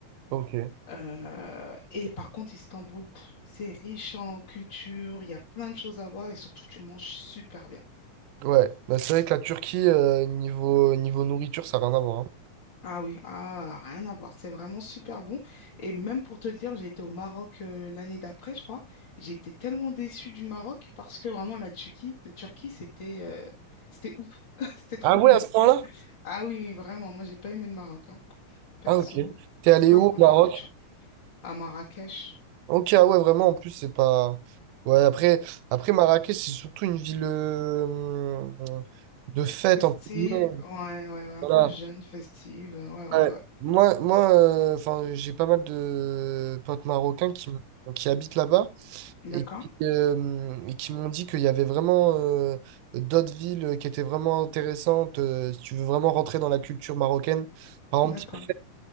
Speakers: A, on the right; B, on the left.
A: ok.
B: Euh, et par contre, Istanbul, pff, c'est riche en culture, il y a plein de choses à voir et surtout, tu manges super bien.
A: Ouais, bah, c'est vrai que la Turquie, euh, niveau, niveau nourriture, ça n'a rien à voir. hein.
B: Ah oui, ah, rien à voir. C'est vraiment super bon. Et même pour te dire, j'ai été au Maroc euh, l'année d'après, je crois. J'ai été tellement déçue du Maroc parce que vraiment la Turquie, la Turquie, c'était euh, c'était ouf. <laughs> C'était trop
A: Ah ouais,
B: bon.
A: à ce point-là?
B: Ah oui, oui, vraiment. Moi, j'ai pas aimé le Maroc, hein. Perso,
A: Ah ok. T'es allé
B: pas
A: où
B: pour
A: au
B: la
A: Maroc?
B: nourriture. À Marrakech,
A: Ok, ah ouais, vraiment, en plus, c'est pas. Ouais, après, après Marrakech, c'est surtout une ville euh, de fête,
B: festive.
A: entre guillemets.
B: Ouais, ouais, ouais, un
A: Voilà.
B: peu jeune, festive. euh, Ouais, ouais,
A: Ouais.
B: ouais.
A: Moi, moi euh, enfin, j'ai pas mal de potes marocains qui, qui habitent là-bas
B: D'accord,
A: et qui, euh, et qui m'ont dit qu'il y avait vraiment euh, d'autres villes qui étaient vraiment intéressantes. euh, si tu veux vraiment rentrer dans la culture marocaine, par exemple,
B: d'accord.
A: il y a